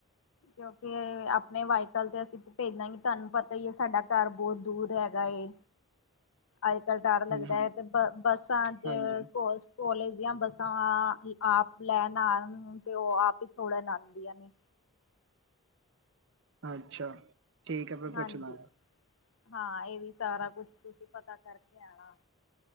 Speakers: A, on the left; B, on the right.
A: ਕੇਓਂ ਕੇ ਆਪਣੇ ਵਾਈਕਲ ਤੇ ਅਸੀਂ ਭੇਜਾਂਗੇ ਤਾਨੂੰ ਪਤਾ ਹੀ ਏ, ਸਾਡਾ ਘਰ ਬੋਤ ਦੂਰ ਹੈਗਾ ਏ। ਅੱਜ-ਕੱਲ ਡਰ ਲੱਗਦਾ
B: ਹਾਂ
A: ਐ ਤੇ ਬ ਬੱਸਾਂ ਚ
B: ਹਾਂਜੀ
A: ਕੋਲੇਜ ਦੀਆਂ ਬੱਸਾਂ ਆਪ ਲੈਣ ਆਣ ਤੇ ਓ ਆਪ ਹੀ ਛੋੜਨ ਆਂਦੀਆਂ ਨੇ
B: ਅੱਛਾ। ਠੀਕ ਹੈ ਮੈਂ ਪੁੱਛ
A: ਹਾਂਜੀ,
B: ਲਾਂਗਾ
A: ਹਾਂ ਏ ਵੀ ਸਾਰਾ ਕੁਛ ਤੁਸੀ ਪਤਾ ਕਰਕੇ ਆਣਾ